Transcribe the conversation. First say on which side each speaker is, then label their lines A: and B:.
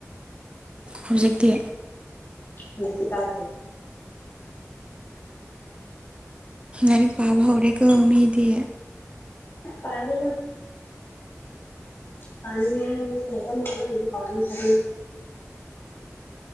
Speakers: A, on the right; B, on the left.
A: ꯍꯧꯖꯤꯛꯇꯤ
B: ꯍꯧꯁꯤ ꯇꯒꯦ
A: ꯑꯔꯤꯒꯤ ꯄꯥꯕ ꯍꯔꯦꯒ ꯃꯤꯗꯤ
B: ꯄꯥꯗꯒ ꯀꯥꯟ ꯁꯤꯥꯏ ꯃ ꯈꯜꯣ ꯑꯗꯨ ꯀꯣꯔ ꯆ